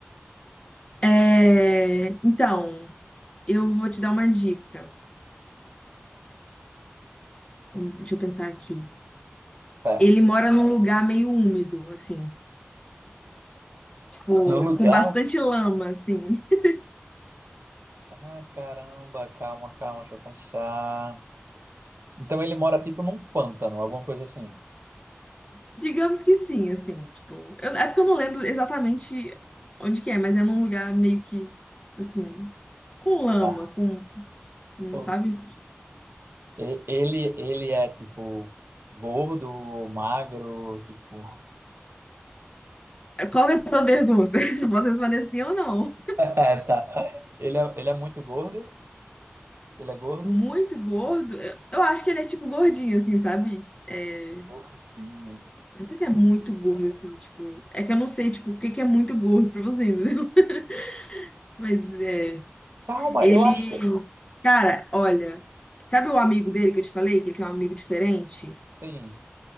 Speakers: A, on the left (about 25°); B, on the right (about 65°).
A: É, então, eu vou te dar uma dica. Hum, Deixa eu pensar aqui.
B: Certo.
A: Ele mora num lugar meio úmido, assim, tipo,
B: No lugar.
A: com bastante lama, assim. <laughs>
B: Ah, caramba, calma, calma, deixa eu pensar. Então ele mora tipo num pântano, alguma coisa assim.
A: Digamos que sim, assim, tipo. eu- é porque eu não lembro exatamente onde que é, mas é num lugar meio que, assim, com lama,
B: Tá.
A: com,
B: Ok.
A: sabe?
B: E- Ele, ele é tipo gordo, magro, tipo. <laughs>
A: Qual que é a sua pergunta? <laughs> Se eu posso responder sim ou não.
B: É, Tá. Ele é, ele é muito gordo. Ele é gordo.
A: Muito gordo? Eu, eu acho que ele é tipo gordinho, assim, sabe? É,
B: Gordinho.
A: eu não sei se é muito gordo, assim, tipo. É que eu não sei, tipo, o que que é muito gordo pra você, entendeu? <laughs> Mas é.
B: Calma,
A: Ele.
B: eu acho que.
A: Cara, olha. Sabe o amigo dele que eu te falei, que ele tem um amigo diferente?
B: Sim,